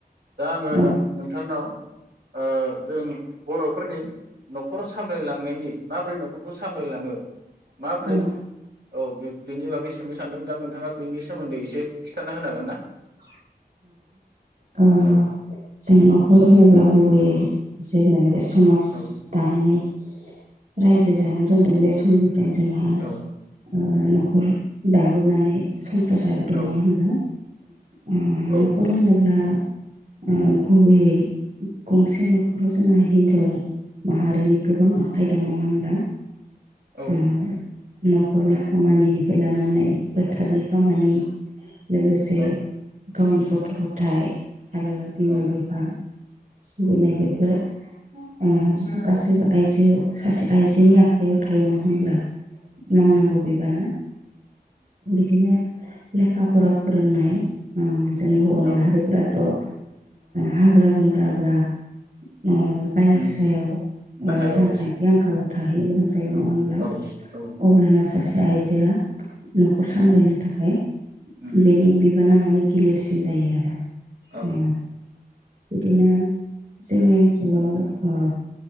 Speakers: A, on the right; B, on the right.
A: दा आङो
B: औ
A: नों नोंथांनाव ओ जों बरफोरनि नखर सामलायलांनायनि माबोरै नख खौ सामलायलाङो माबोरै?
B: औ
A: औ बेनि बागै सोंनो सानदों दा नोंथाङा बेनि सोमोन्दै एसे खिथाना होनो हागोन ना? <inaudible>
B: आ
A: औ
B: जों नखर <unintelligible> गुबैयै जेब्लायबो समाज
A: औ
B: दानानै रायजो जानो रोंदों बे समनिफ्रायनो जोंहा
A: औ
B: ओ नखर दाबोनानै संसार जाबोदों
A: औ
B: नङा होनबा उम
A: औ
B: नखर होनोब्ला ओ गुबैयै गंसे नखराव जोंहा हिनजाव माहारिनि गोबां आखाइ दं नङा होनबा?
A: औ
B: ओ नखरनि खामानिनिफ्राय लानानै बोथोरनि खामानि लोगोसे
A: औ
B: गावनि गथ गथाय आरो बिमा
A: औ
B: बिफा सिबिनाय बेफोर ओ
A: औ
B: गासैबो आइजो सासे आइजोनि आखायाव थायो नालाय होमब्ला मावनांगौ बिबाना बिदिनो लेखा फरा फोरोंनाय ओं जों हौवा
A: औ
B: माहारिफ्राथ' ओ हाग्रा बंग्रा बा ओ बाहेरायाव
A: उम बाहेराव
B: रांखान्थि आंखालाव थाहैनो गोनां जायो नङा
A: औ
B: होनब्ला?
A: औ औ
B: अब्लाना सासे आइजोआ नखर सामलायनो
A: औ
B: थाखाय
A: उम
B: बेनि बि बाना माने गिलिरसिम जायो आरो।
A: औ
B: ओ बिदिनो जोंनि ओन्सोलाव ओ